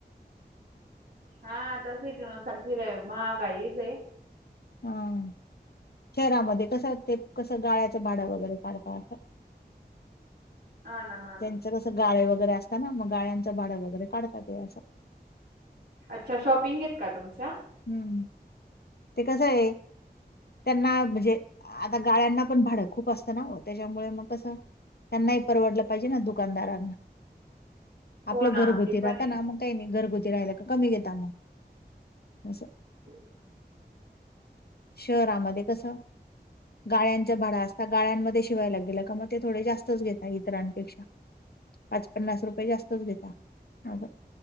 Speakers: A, on the right; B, on the left.
A: हा. तसच ना म <unintelligible> महागाईच आहे.
B: हा. शहरामध्ये कसं ते कसं गाळ्याचं भाडं वगैरे काढता असं.
A: आ ना. हा ना
B: त्यांच कसं गाळे वगैरे असता ना, मग गाळ्यांचं भाडं वगैरे काढतात असं.
A: अच्छा शॉपिंग येत का तुमच्या?
B: हुं. ते कसं आहे? त्यांना म्हणजे आता गाळ्यांना पण भाडं खूप असतं ना ओ, त्याच्यामुळे मग कसं? त्यांनाही परवडलं पाहिजे ना दुकानदारांना,
A: हो
B: आपलं
A: ना
B: घरगुती
A: ते पण
B: राहता
A: आहे
B: ना मग. काही नाही घरगुती राहियला का, कमी घेता मग. आसं.
A: <inaudible>
B: शहरामध्ये कसं? गाळ्यांच्या भाडा असता, गाळ्यांमध्ये शिवायला गेल का मग ते थोडे जास्तच घेता इतरांपेक्षा, पाच पन्नास रुपये जास्त च घेता माग.